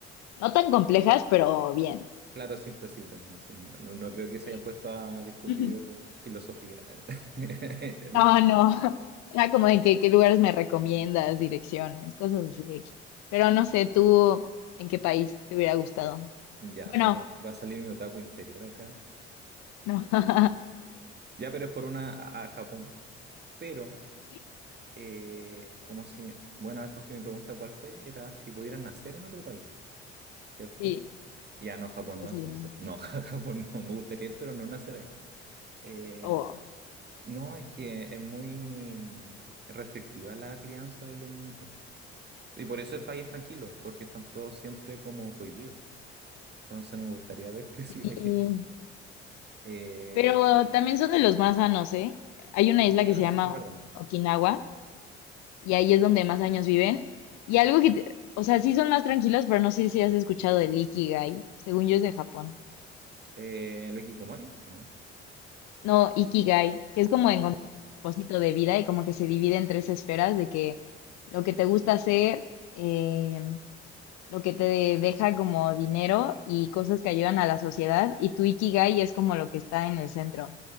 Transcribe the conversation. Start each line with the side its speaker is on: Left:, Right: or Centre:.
Left: No tan complejas, pero bien.
Right: Claro, simplecita, ¿no? Sí, no, no- no creo que se
Left: Sí.
Right: hayan puesto a discutir
Left: Ujú.
Right: filosofía <laughs> en
Left: No,
Right: español.
Left: no. <laughs> Era como de que qué lugares me recomiendas, direcciones, cosas así de X. Pero no sé, tú, ¿en qué país te hubiera gustado?
Right: Ya,
Left: Bueno,
Right: puta, va a salir mi otaku interior acá.
Left: no. <laughs>
Right: Ya, pero es por una a, a Japón. Pero,
Left: Sí,
Right: eh, como si me- Bueno, es porque mi pregunta cuál fue, era si pudieran nacer en otro país, ¿cierto?
Left: Sí,
Right: Ya, no, Japón
Left: ¿cuál
Right: no, entonces.
Left: sería?
Right: No, <laughs> Japón no, me gustaría ir, pero no nacer ahí. Eh,
Left: Oh,
Right: no, es que es muy mm, restrictiva la crianza de los niñitos. Y por eso el país es tranquilo, porque están todos siempre como cohibidos. Entonces nos gustaría haber <laughs> crecido
Left: sí.
Right: ahí. Eh,
Left: Pero también son de los más sanos, ¿eh? Hay una isla
Right: sí,
Left: que
Right: no
Left: se llama
Right: sé si es verdad.
Left: Okinawa y ahí es donde más años viven. Y algo que, te- o sea, sí son más tranquilos, pero no sé si has escuchado del Ikigai. Según yo es de Japón.
Right: Eh, ¿lo de Hikikomori o no?
Left: No, Ikigai, que es como encontrar
Right: ¿Y eso?
Left: un propósito de vida y como que se divide en tres esferas de que lo que te gusta hacer, eh, lo que te deja como dinero y cosas que ayudan a la sociedad y tu Ikigai es como lo que está en el centro.